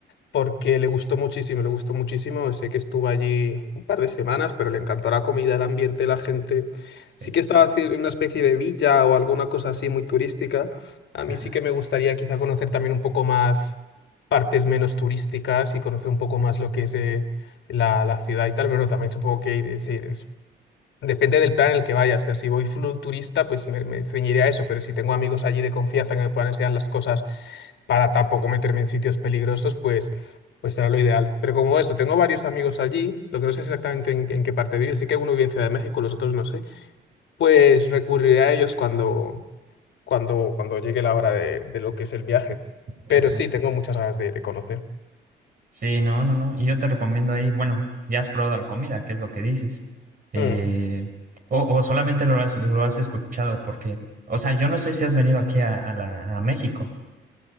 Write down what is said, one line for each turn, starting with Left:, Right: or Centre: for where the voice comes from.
Left: porque le gustó muchísimo, le gustó muchísimo. Sé que estuvo allí un par de semanas, pero le encantó la comida, el ambiente, la gente.
Right: sí.
Left: Sí que estaba haci- en una especie de villa o alguna cosa así muy turística. A mí
Right: Ajá,
Left: sí que me gustaría quizá conocer también un poco más partes menos turísticas y conocer un poco más lo que es eh, la, la ciudad y tal, pero bueno, también supongo que ir, eh, sí, Depende del plan en el que vaya. O sea, si voy flu- pues me, me ceñiré a eso, pero si tengo amigos allí de confianza que me puedan enseñar las cosas para tampoco meterme en sitios peligrosos, pues, pues será lo ideal. Pero como eso, tengo varios amigos allí, lo que no sé es exactamente en, en qué parte vive, sí que uno vive en Ciudad de México, los otros no sé, pues recurriré a ellos cuando, cuando, cuando llegue la hora de, de lo que es el viaje. Pero
Right: ajá.
Left: sí, tengo muchas ganas de, de conocer.
Right: Sí, no, no, no. Y yo te recomiendo ahí, bueno, ya has probado la comida, que es lo que dices. Eh,
Left: Mm.
Right: o, o solamente lo has, lo has escuchado, porque, o sea, yo no sé si has venido aquí a, a la, a México.